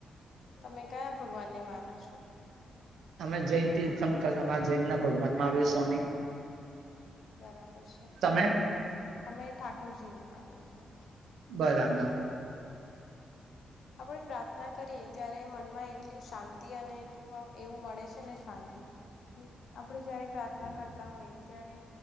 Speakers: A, on the left; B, on the right.
A: તમે કયા ભગવાનને માનો છો
B: અમે જૈન તીર્થન અમારા જૈન ના ભગવાનમાં આવે સ્વામી
A: બરાબર છે
B: તમે
A: અમે ઠાકોુરજી ને માનીએ છીએ
B: બરાબર
A: આપણે પ્રાર્થના કરીએ ત્યારે મનમાં એટલી શાંતિ અને એટલું આમ એવું મળે છે ને શાંતિ આપણે જયારે પ્રાર્થના કરતા હોયએ ત્યારે